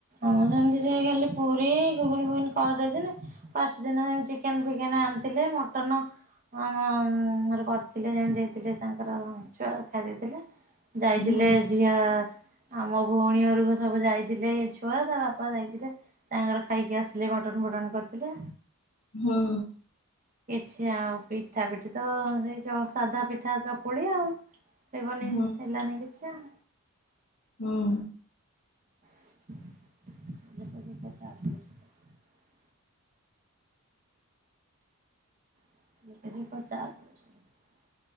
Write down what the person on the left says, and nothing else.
ହୁଁ
ହୁଁ।
ହୁଁ
ହୁଁ।